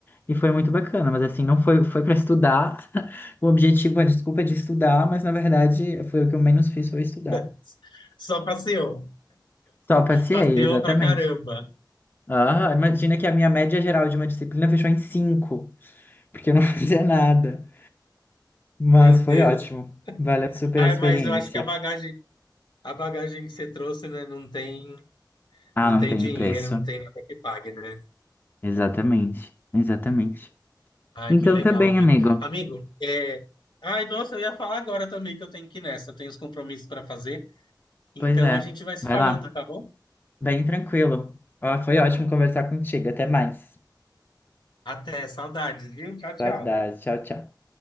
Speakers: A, on the left; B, on the left.
A: E foi muito bacana, mas assim, não foi, foi para estudar. <laughs> O objetivo, a desculpa é de estudar, mas na verdade foi o que eu menos fiz, foi estudar.
B: <laughs> Só passeou.
A: Só passei,
B: Passeou
A: exatamente.
B: pra caramba.
A: Ah, imagina que a minha média geral de uma disciplina fechou em cinco, porque eu não <laughs> fazia nada. Mas
B: Meu
A: foi
B: Deus.
A: ótimo. Valeu super
B: Ai,
A: a experiência.
B: mas eu acho que a bagagem, a bagagem que você trouxe, né, não tem,
A: Ah,
B: não
A: não
B: tem
A: tem
B: dinheiro,
A: preço.
B: não tem nada que pague, né?
A: Exatamente, exatamente.
B: Ai,
A: Então
B: que legal,
A: tá bem,
B: amigo.
A: amigo.
B: Amigo, é... Ai, nossa, eu ia falar agora também que eu tenho que ir nessa. Eu tenho os compromissos para fazer. Então
A: Pois é,
B: a gente vai se
A: vai
B: falando,
A: lá.
B: tá bom?
A: Bem tranquilo. Ó, foi ótimo conversar contigo. Até mais.
B: Até, saudades, viu? Tchau, tchau.
A: Saudade. Tchau, tchau.